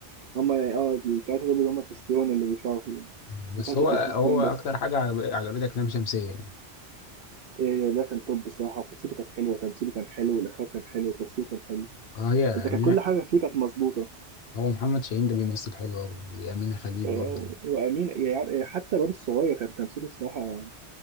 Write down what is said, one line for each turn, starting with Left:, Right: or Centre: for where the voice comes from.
Right: هم يعني اه التلاته دول اللي هم التستيرون اللي بيطلعوا فيه
Left: بس
Right: مسلسل
Left: هو
Right: تستوستيرون
Left: هو أكتر
Right: بس
Left: حاجة عجب- عجبتك لام شمسية يعني
Right: إيه ده كان توب بصراحة وقصته كانت حلوة تمثيله كان حلو الإخراج كان حلو التصوير كان حلو
Left: اه هي يعني
Right: أنت كان كل حاجة فيه كانت مظبوطة
Left: هو محمد شاهين ده بيمثل حلو أوي وأمينة خليل
Right: إيه،
Left: برضه
Right: وأمين يعني إيه، حتى الواد الصغير كان تمثيله بصراحة